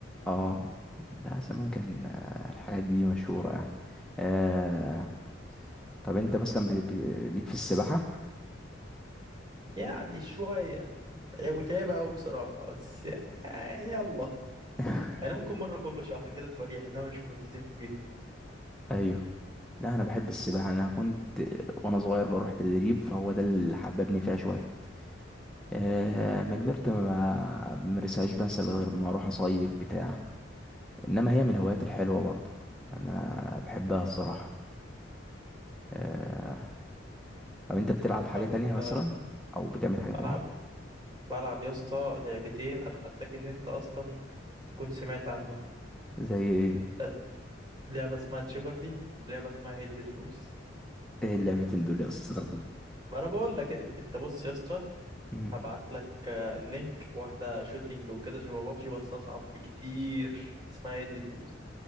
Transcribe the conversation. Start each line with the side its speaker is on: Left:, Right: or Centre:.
Centre: اه ده زمان كان آه، الحاجات دي مشهوره يعني آه طب انت مثلا بت- ب- ليك في السباحة
Right: يعني شويه هي متعبه قوي بصراحه بس يعني يلا
Centre: <laughs>
Right: يعني ممكن مره كل شهر كده تفريح ان هو مش ملتزم بيها
Centre: ايوه لا انا بحب السباحة انا كنت وانا صغير بروح تدريب فهو ده اللي حببني فيها شوية آه ما كبرت ما بمارسهاش بنسى غير ما اروح اصيف بتاع انما هي من الهوايات الحلوة برضه يعني انا بحبها الصراحة آه طب انت بتلعب حاجة
Right: طب
Centre: تانية مثلا
Right: آه،
Centre: او بتعمل حاجة تانية
Right: بلعب بلعب يا اسطى لعبتين اتحداك ان انت اصلا تكون سمعت عنه
Centre: زي ايه
Right: آه، لعبه اسمها تشيفرلي لعبه اسمها هيل لوز
Centre: ايه اللعبتين دول يا اسطى
Right: ما انا بقول لك انت بص يا اسطى
Centre: مم.
Right: هبعت لك آه، اللينك واحدة شوتينج وكده شبه بابجي بس أصعب بكتير اسمها ايه اللي تلوز